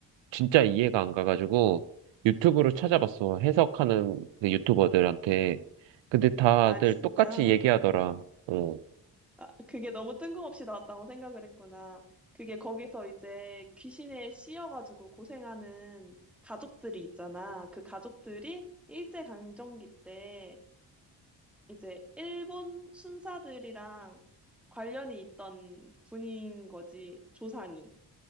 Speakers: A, on the right (about 75°); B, in the centre.
A: 진짜 이해가 안 가가지고 유튜브로 찾아봤어. 해석하는 그 유튜버들한테. 근데 다들
B: 아, 진짜.
A: 똑같이 얘기하더라. 어.
B: 아, 그게 너무 뜬금없이 나왔다고 생각을 했구나. 그게 거기서 이제 귀신에 씌여가지고 고생하는 가족들이 있잖아. 그 가족들이 일제강점기 때 이제 일본 순사들이랑 관련이 있던 분인 거지, 조상이.